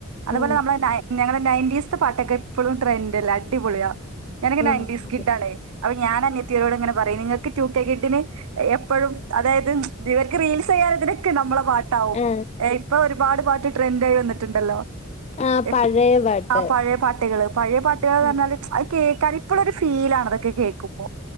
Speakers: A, on the right; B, on the left.
A: അതുപോലെ
B: ആ,
A: നമ്മളെ നായ് ഞങ്ങളെ നൈ ഈസ്ത്ത് പാട്ടൊക്കെ എപ്പൊളും ട്രെൻഡ്ല്ല അടിപൊളിയാ ഞാനങ്ങെ
B: ആ,
A: നയന്റീസ്‌
B: അതെ.
A: കിഡ് ആണേ അപ ഞാൻ അനിയത്തിയോട് ഇങ്ങനെ പറയും നിങ്ങക്ക് ടൂക്കേ കിഡിന് എപ്പഴും അതായത് തിവർക്ക് റീൽസ് ചെയ്യാൽ ഇതിനൊക്കെ നമ്മള പാട്ടാവും
B: ആ,
A: ഏ ഇപ്പോ ഒരുപാട് പാ ട്ട് ട്രെന്റ് ആയി വന്നിട്ടുണ്ടല്ലോ
B: ആ,
A: <unintelligible>
B: പഴയ പാട്ട്
A: ആ പഴേ പാട്ടുകള് പഴേ പാട്ടുകൾ ന്ന്
B: ആ,
A: പറഞ്ഞാല് കേക്കാൻ ഇപ്പളൊരു ഫീലാണതൊക്കെ കേക്കുമ്പോ